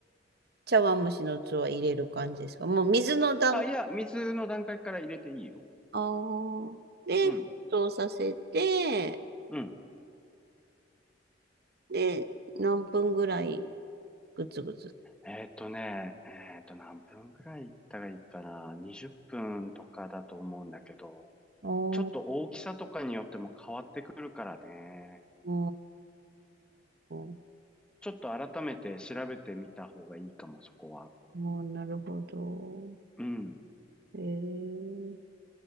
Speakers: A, on the right; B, in the centre.
A: 茶碗蒸しの器入れる感じですかもう水の段階
B: あ、いや、水の段階から入れていいよ。
A: あーで、
B: うん、
A: 沸騰させて、
B: うん。
A: で、何分ぐらいぐつぐつ。
B: えっとね、えっと、何分くらい行ったらいいかな。20分とかだと思うんだけど、
A: おー、
B: ちょっと大きさとかによっても変わってくるからね。
A: おー、
B: ちょっと改めて調べてみた方がいいかも、そこは。
A: もうなるほど。
B: うん。
A: えー、